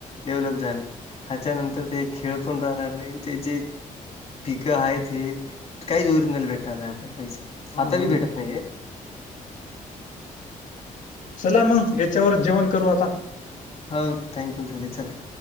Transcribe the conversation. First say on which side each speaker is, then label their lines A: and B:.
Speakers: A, on the left; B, on the left.
A: डेव्हलप झाला. ह्याच्यानंतर ते खेळ पण राहणार नाही ते जे. पिकं आहेत हे काहीच ओरिजनल भेटणार नाही आपल्याला काहीच.
B: हो
A: आता
B: ना
A: बी
B: हो ना,
A: भेटत नाहीये
B: चला मग याच्यावरच जेवण करू आता.
A: हो टाइम पण झाले चला.